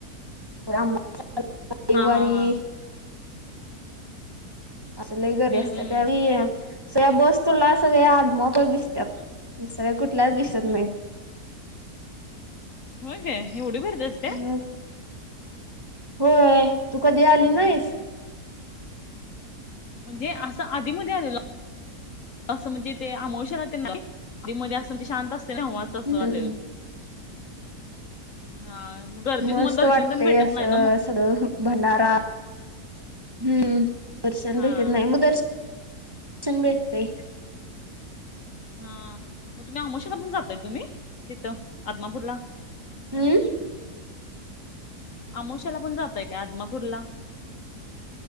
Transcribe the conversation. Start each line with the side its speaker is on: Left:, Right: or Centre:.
Right: आमवस्या, रविवारी.
Left: हा हा हा
Right: अस लय गर्दी
Left: हम्म
Right: असते,
Left: हम्म
Right: त्यावेळी बस तुला सगळ्या आदमापुर दिसतात. दुसऱ्या कुठल्याच दिसत नाही.
Left: होय काय ऐवढी गर्दी असते.
Right: मग होय तू कधी
Left: हम्म
Right: आली नाहीस?
Left: म्हणजे अस आधी मध्ये आलेलो. अस म्हणजे ते अमावस्या ला तेन नाही आधी मध्ये अस म्हणजे शांत असते ना तेव्हा. तस
Right: हम्म
Left: आलोय हां मग. गर्दीत
Right: मस्त
Left: मग दर्शन
Right: वाटतय
Left: तेन भेटत
Right: अस
Left: नाही
Right: सगळ भंडारा हम्म दर्शन
Left: हा.
Right: भेटत नाही, मग दर्शन शन भेटतय.
Left: हां मग तुम्ही अमोशेला पण जातय तुम्ही तिथ आदमापूरला.
Right: हम्म
Left: आमोशाला पण जाताय काय आदमापूरला?